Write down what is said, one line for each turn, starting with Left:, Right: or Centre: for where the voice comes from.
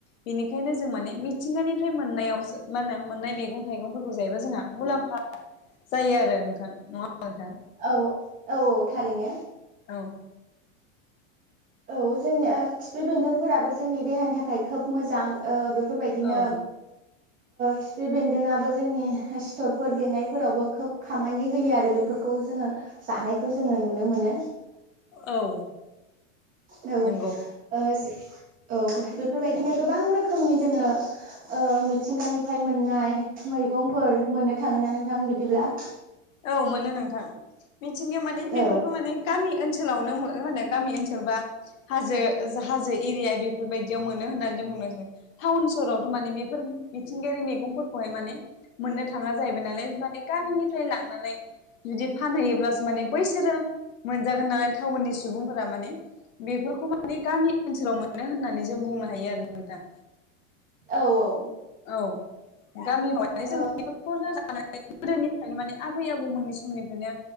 Left: बेनिखायनो जों माने मिथिंगानिफ्राय मोननायाव मा होनो मोननाय मैगं थाइगंफोरखौ जायोबाय जोंहा मुलाम जायो आरो नोंथां नङा होमबा नोंथां
Right: औ औ औ थारैनो
Left: औ
Right: औ जोंनि खिफि बेन्दोंफोराबो जोंनि देहानि थाखाय खोब मोजां ओ बेफोरबायदिनो
Left: औ
Right: खिफि बेन्दोङाबो जोंनि सिथरफोर बेरनायफोरावबो खोब खामानि होयो आरो बेफोर खौ जोङो जानायखौ जोङो नुनो मोनो
Left: औ
Right: औ
Left: नंगौ
Right: ओ औ बेफोरबायदिनो गोबां रोखोमनि जोङो ओ मिथिंगानिफ्राय मोननाय मैगंफोर मोननो थाङो ना नोंथां बिदिब्ला
Left: औ मोनो नोंथां मिथिंगायाव माने बेफोरखौ
Right: औ
Left: माने गामि ओनसोलावनो मो माने गामि ओनसोलबा हाजो हाजो एरिया बेफोरबायदियाव मोनो होननानै जों बुंनोसै टाउन सहरावथ' माने बेफोर मिथिंगायारि मैगंफोरखौहाय माने मोननो थाङा जाहैबाय नालाय माने गामिनि फ्राय लांनानै जुदि फानहै माने बैसोरो मोनजागोन नालाय टाउननि सु सुबुंफोरा माने बेफोरखौ माने गामि ओनसोलाव मोनो होननानै जों बुंनो हायो आरो नोंथां
Right: औ औ
Left: औ गामियाव <unintelligible> <unintelligible>
Right: ओ
Left: जानाय गोदोनिफ्रायनो माने आबै आबौमोननि समनिफ्रायनो